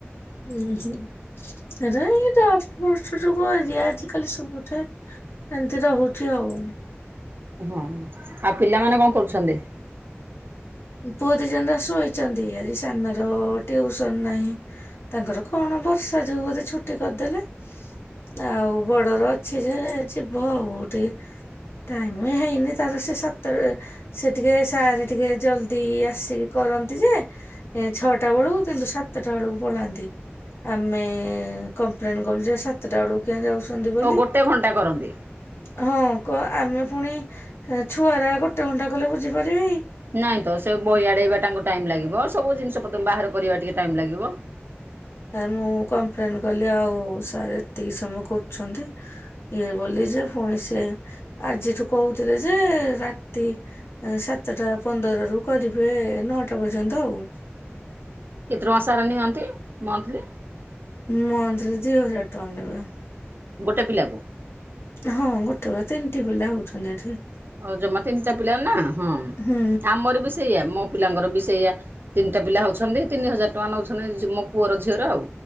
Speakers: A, on the left; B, on the right.
A: ଉଁ ହୁଁ ଏଇଟା ନଷ୍ଟ ବଷ୍ଟ ଯୁଗ ଆଜିକାଲି ସବୁ ରେ ଏମିତି ରହୁଛି ଆଉ।
B: ହଁ ଆଉ ପିଲାମାନେ କଣ କରୁଛନ୍ତି?
A: ପୁଅ ଦି ଜଣ ଯାକ ଶୋଇଛନ୍ତି। ଆଜି ସାନର ଟିଉସନ ନାହିଁ। ତାଙ୍କର କଣ ବର୍ଷା ଯୋଗୁ ବୋଧେ ଛୁଟି କରିଦେଲେ। ଆଉ ବଡର ସେ ଯେ ଅଛି ବଉ ଟେ ଟାଇମ୍ ହେଇନି ତାର ସେ ସତରେ ସେ ଟିକେ ସାରେ ଟିକେ ଜଲ୍ଦି ଆସିକି କରନ୍ତି ଯେ ଏ ଛଅଟା ବେଳକୁ କିନ୍ତୁ ସାତଟା ବେଳକୁ ପଳାନ୍ତି। ଆମେ କମ୍ପ୍ଲେନ କଲୁ ଯେ ସାତଟା ବେଳକୁ କିଆଁ ଯାଉଛନ୍ତି ବୋଲି।
B: ଓ ଗୋଟେ ଘଣ୍ଟା କରନ୍ତି।
A: ହଁ କୁହ ଆମେ ଫୁଣି ଛୁଆଗୁରା ଗୋଟେ ଘଣ୍ଟା କଲେ ବୁଝିପାରିବେ କି
B: ନାଇଁ ତ ସେ ବହି ଆଡେଇବା ତାଙ୍କୁ ଟାଇମ୍ ଲାଗିବ। ସବୁ ଜିନିଷ ପତ୍ର ବାହାର କରିବା ଟିକେ ଟାଇମ୍ ଲାଗିବ।
A: ନାଇଁ ମୁଁ କମ୍ପ୍ଲେନ କଲି ଆଉ ସାର୍ ଏତିକି ସମୟ କରୁଛନ୍ତି। ଇଏ ବୋଲି ଯେ ପୁଣି ସେ ଆଜିଠୁ କହୁଥିଲେ ଯେ ରାତି ସାତଟା ପନ୍ଦର ରୁ କରିବେ ନଅଟା ପର୍ଯ୍ୟନ୍ତ ଆଉ।
B: କେତେ ଟଙ୍କା ସାର ନିଅନ୍ତି? ମନ୍ଥଲି।
A: ମନ୍ଥଲି ଦି ହଜାର ଟଙ୍କା ନେବେ।
B: ଗୋଟେ ପିଲାକୁ?
A: ହଁ ଗୋଟେ ବେଳେ ତିନିଟି ପିଲା ହଉଛନ୍ତି ଏଠି-
B: ଓ ଜମା ତିନିଟା ପିଲା ନା ହଁ
A: ହୁଁ
B: ଆମର ବି ସେଇଆ ମୋ ପିଲାଙ୍କର ବି ସେଇଆ ତିନିଟା ପିଲା ହେଉଛନ୍ତି। ତିନି ହଜାର ଟଙ୍କା ନେଉଛନ୍ତି ମୋ ପୁଅର ଝିଅର ଆଉ